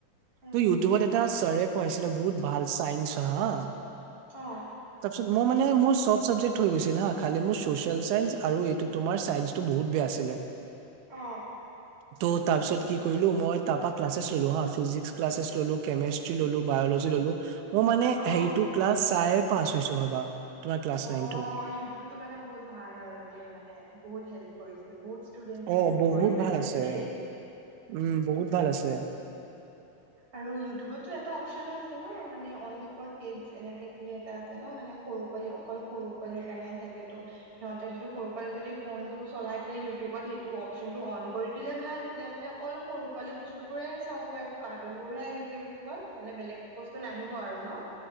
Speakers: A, on the right (about 20°); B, on the right (about 85°).
A: উম
B: তই ইউটিউবত এটা ছাৰে পঢ়াইছিলে বহুত ভাল চাইন্ঞ্চ হা।
A: অ
B: তাৰপিছত মোৰ মানে মোৰ চব। ছবজেক্ট হৈ গৈছিল হা খালি মোৰ চচিয়েল চাইন্স আৰু এইটো তোমাৰ চাইন্সটো বহুত বেয়া আছিলে।
A: অ।
B: ত' তাৰ পিছত কি কৰিলো মই তাৰ পৰা ক্লাছ ললো হা ফিজিক্স ক্লাছছ ললো কেমেষ্টি লো বায়লজি ললো মই মানে
A: অ
B: হ ক্লাছ চায়ে পাছ হৈছো ভাবা। তোমাৰ ক্লাছ
A: অ
B: নাইনটো
A: ইউটিউবতটো মানে বহুত ভাল আৰু দেই মানে বহুত হেল্প কৰিছে। বহুত ষ্টুডেন্ট চব
B: অ
A: হেল্প
B: বহুত
A: কৰিছিলে
B: ভাল
A: লেকিন
B: আছে
A: দেই।
B: উম বহুত ভাল আছে
A: আৰু ইউটিউবতো এটা অপচন আছে ন মানে অনলি ফৰ কিডছ এনেকে বুলি এটা আছে ন। মানে সৰু পোৱালি অকল সৰু পোৱালি কাৰণে থাকেতো সিহঁতে যদি সৰু পৰাই যদি ফোন টো চলাই তেতিয়া। তি ইউটিউবত সেইটো অপশচনটো অন কৰি দিলে ভাল তেতিয়া মানে অকল সৰু পোৱালী বস্তুবোৰে চাব। কাৰ্টুন বোৰ হে আহিব ইউটিউবত মানে বেলেগ বস্তু নাহিব আৰু ন।